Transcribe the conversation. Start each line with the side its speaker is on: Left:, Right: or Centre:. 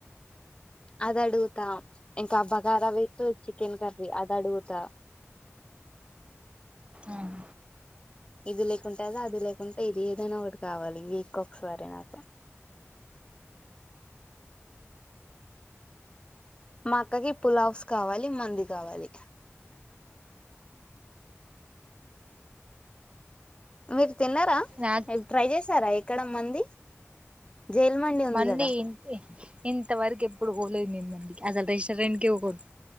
Left: అదడుగుతా ఇంకా బగారా విత్ చికెన్ కర్రీ అదడుగుతా
Right: ఉమ్
Left: ఇది లేకుంటే అది అది లేకుంటే ఇది ఏదైనా ఒకటి కావాలి ఇది వీక్ కి ఒకసారి నాకు మా అక్కకి పులావ్స్ కావాలి మండి కావాలి మీరు తిన్నారా
Right: నాకు
Left: ట్రై చేసారా ఎక్కడ మండి జైలు ఉంది
Right: మండీ
Left: కదా
Right: ఇంతవరకు ఎప్పుడు పోలేదు నేను మండికి అసలు రెస్టారెంట్ కే పోలేదు